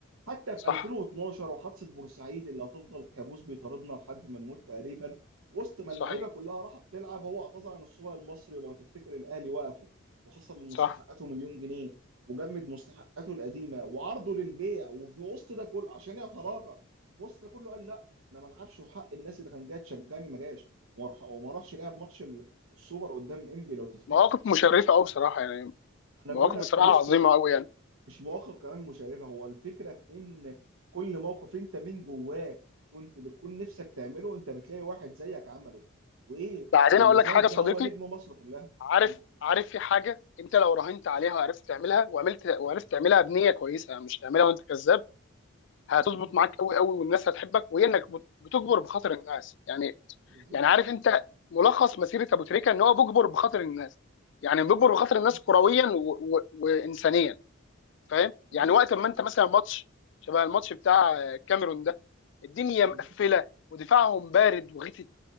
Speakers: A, on the right; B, on the left.
A: حتى
B: صح
A: في 2012 وحادثة بورسعيد اللي هتفضل كابوس بيطاردنا لحد ما نموت تقريبا وسط ما
B: صحيح
A: اللعيبة كلها راحة بتلعب هو اعتذر عن السوبر المصري ولو تفتكر الاهلي وقفه وخصم من
B: صح
A: مستحقاته مليون جنيه وجمد مستحقاته القديمة وعرضه للبيع وفي وسط ده كله عشان يتراجع وسط ده كله قال انا ما العبش وحق الناس اللي كان جايه تشجعني ما جاش وراح- وما راحش لعب ماتش ال- السوبر قدام انبي لو تفتكر
B: مواقف مشرفه قوي بصراحه يعني
A: انا
B: مواقف
A: بقول لك
B: بصراحه
A: في وسط
B: عظيمه قوي يعني
A: مش مواقف كمان مشرفه هو الفكره في ان كل موقف انت من جواك كنت بتكون نفسك تعمله انت بتلاقي واحد زيك عمله وايه
B: بعدين
A: واللي
B: اقول لك
A: زيك
B: حاجه
A: ده
B: صديقي
A: هو نجم مصر كلها
B: عارف
A: م-
B: عارف في حاجه انت لو راهنت عليها وعرفت تعملها وعملت وعرفت تعملها بنيه كويسه مش تعملها وانت كذاب هتظبط
A: م-
B: معاك قوي قوي والناس هتحبك وهي انك بت- بتجبر
A: م-
B: بخاطر الناس يعني
A: بالظبط
B: يعني عارف انت ملخص مسيره ابو تريكه ان هو بيجبر بخاطر الناس يعني بيجبر بخاطر الناس
A: م-
B: كرويا و... و... وانسانيا فاهم
A: م-
B: يعني وقت ما انت مثلا ماتش شبه الماتش بتاع الكاميرون ده الدنيا مقفله
A: م-
B: ودفاعهم بارد وغثت